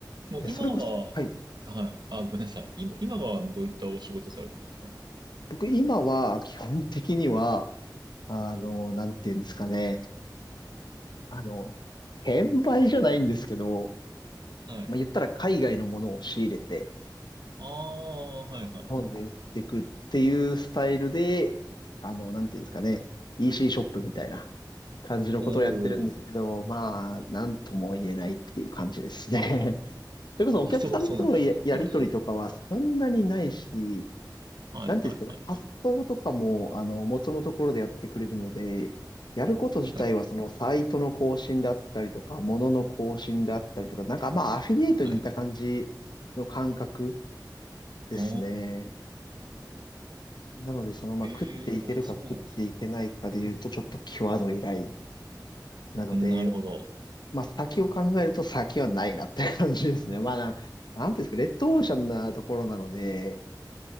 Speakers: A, on the right; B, on the left.
A: もう今は、
B: いや、それこそ、はい。
A: はい。あ、ごめんなさい。今、今はどういったお仕事されてるんですか
B: 僕、今は、基本的には、あの、なんていうんですかね、あの、転売じゃないんですけど、
A: はい。
B: まあ、言ったら海外のものを仕入れて、
A: ああ、はいはいはい
B: 日本で売っていくっていうスタイルで、あの、なんていうんですかね、EC シーショップみたいな感じのことをやってるんですけど、
A: おお。
B: まあ、なんとも言えないっていう感じですね。<laughs> それこそお客さんとのや、
A: あ、そう、そうなんですか。
B: やりとりとかはそんなにないし、
A: はい。はい、
B: なんていうんですかね、
A: はい、はい、
B: 発送とかも、
A: はい。
B: あの、元のところでやってくれるので、やること自体はそのサイトの更新だったりとか、
A: はい、
B: ものの更新であったりとか、なんかまあアフィリエイトに似た感じの感覚
A: はい。
B: ですね。
A: ああ。
B: なので、その、まあ、
A: ええあ、
B: 食っていけるか食っていけないかで言うと、
A: そうなんですね。
B: ちょっと際どいライン。なので、
A: なるほど。
B: まあ、先を考えると先はないなって感じですね。まあ、な、なんていうんですか、レッドオーシャンなところなので、